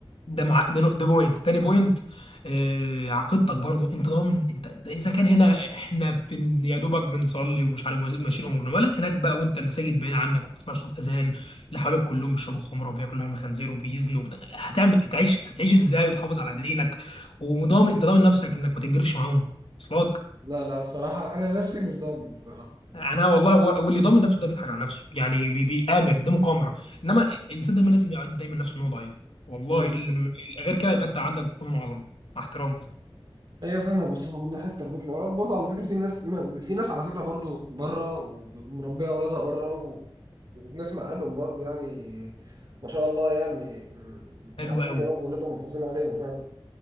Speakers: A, on the left; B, on the right.
A: ده مع ده, نو- ده بوينت تاني بوينت آه عقيدتك برضو انت ضامن انت انت اذا كان هنا احنا بن يا دوبك بنصلي ومش عارف ماشيين امورنا مالك هناك بقى وانت المساجد بعيد عنك وتسمع صوت اذان اللي حواليك كلهم بيشربوا خمره وبياكلوا لحم خنزير وبيزنوا وبت- هتعمل هتعيش هتعيش ازاي وتحافظ على دينك وضامن انت ضامن نفسك انك ما تنجرفش معاهم وصلك؟
B: لا لا الصراحة انا نفسي مش ضامن بصراحة
A: انا والله و- واللي ضامن نفسه ده بيضحك على نفسه يعني بي- بيآمر دي مقامره انما الانسان دايما لازم يعد دايما نفسه ان هو ضعيف والله
B: <laughs>
A: اللي ب- غير كده يبقى انت عندك جنون عظمه مع احترامي
B: ايوه فاهمك بس هو من ناحيه تربيه الاولاد برضه على فكره في ناس ما- في ناس على فكره برضه بره وب- ومربيه اولادها بره و... وبنسمع عنهم برضه يعني ما شاء الله يعني م-
A: حلو
B: عارفين
A: قوي
B: يربوا اولادهم ومحافظين عليهم فعلا